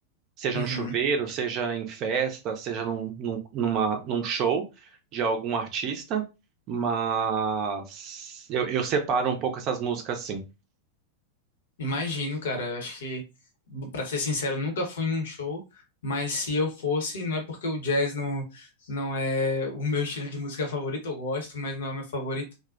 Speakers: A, on the right; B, on the left.
A: seja
B: Uhum.
A: no chuveiro, seja em festa, seja num, num, numa- num show de algum artista, mas eu, eu separo um pouco essas músicas assim.
B: Imagino, cara. Eu acho que, pra ser sincero, nunca fui num show, mas se eu fosse, não é porque o jazz não, não é o meu estilo de música favorito, eu gosto, mas não é o meu favorito.